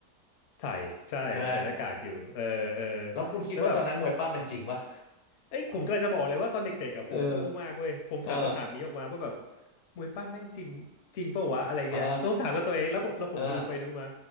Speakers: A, on the left; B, on the left.
A: ๆใส่ใช่ใส่หน้ากากอยู่เออเออ
B: ใช่ไหม แล้วคุณคิดว่าตอนนั้นมวยปั้มมันจริงปะ
A: แล้วแบบ เอ้ยผมกำลังจะบอกเลยว่าตอนเด็กๆอะผมโง่มากเว้ยผมถามคำถามนี้ออกมาว่าแบบ
B: <laughs> เออเออ
A: มวยปั้มแม่งจริงจริงเปล่าวะอะไรเงี้ยต้องถามกับตัวเองแล้วผมแล้วผมดูไปดูมา
B: เออเออ